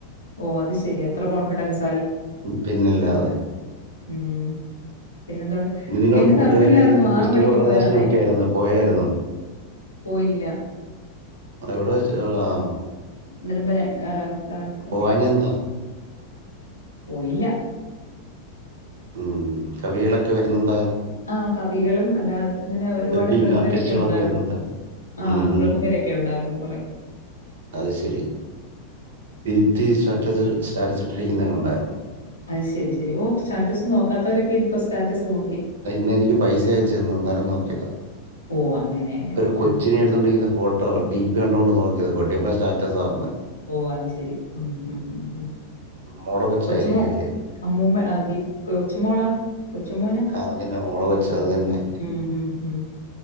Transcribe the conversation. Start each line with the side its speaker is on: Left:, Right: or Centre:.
Left: ഓ അത് ശെരി അത്ര കോൺഫിഡൻസ്
Right: പിന്നല്ലാതെ
Left: ഉം പിന്നെന്താണ്?
Right: ഇന്ന് നിങ്ങളെ
Left: ഞങ്ങക്ക്
Right: കൂട്ടുകാരിയുടെ
Left: കറണ്ടില്ലായിരുന്നു.
Right: ഏതാണ്ട് പുസ്തക
Left: മണിക്ക്
Right: പ്രകാശനം
Left: പോയതാണേ.
Right: ഒക്കെ ആയിരുന്നു പോയാരുന്നോ
Left: പോയില്ല.
Right: എവിടെ വെച്ച് ആഹ്
Left: നലമ്പനെ ആ ഗാന്ധി ഭവനിൽ
Right: പോകാഞ്ഞെന്താ
Left: വെച്ചിട്ട് പോയില്ല
Right: ഉം കവികളെക്കെ വരുന്നുണ്ട്
Left: ആ കവികളും അല്ലാ അങ്ങനെ ഒരുപാട്
Right: ഡബിങ്
Left: പ്രമുഖരൊക്കെ
Right: ആർട്ടിസ്റ്റുകളൊക്കെ
Left: ഉണ്ടാര്ന്നു
Right: വരുന്നുണ്ട്
Left: ആ
Right: ഉം ഉം.
Left: പ്രമുഖരൊക്കെ ഉണ്ടായിര്ന്നു കൊറേ
Right: അത് ശരി ദിപ്തി സ്റ്റാറ്റസ്സ് സ്റ്റാറ്റസ്സ് ഇട്ടിരിക്ക്ന്നെ കണ്ടായിര്ന്നു
Left: അത് ശരി ശരി ഓ സ്റ്റാറ്റസ് നോക്കാത്തവരൊക്കെ ഇപ്പൊ സ്റ്റാറ്റസ് നോ
Right: ഇന്ന് എനിക്ക് പൈസയച്ചന്ന് അന്നേരം നോക്കിയതാ
Left: ഓ അങ്ങനെ അങ്ങനെ
Right: ഒരു കൊച്ചിനെ
Left: ആ
Right: എടുത്തോണ്ടിരിക്ക്ന്ന ഫോ കേട്ടോ ഡി പി കണ്ടുകൊണ്ട് നോക്കിയത് കൊട്ടിയപ്പൻ സ്റ്റാറ്റസാ വന്നേ
Left: ഓ അത് ശരി മ് മ്.
Right: മോടെ കൊച്ചായിരിക്കും
Left: കൊച്ചുമോ
Right: അല്ലേ
Left: അമ്മൂമ്മ ദിപ് കൊച്ചുമോളാ കൊച്ചുമോന
Right: ആ അതന്നെ മോള കൊച്ച് അത് തന്നെ
Left: ഉം, ഉം, ഉം.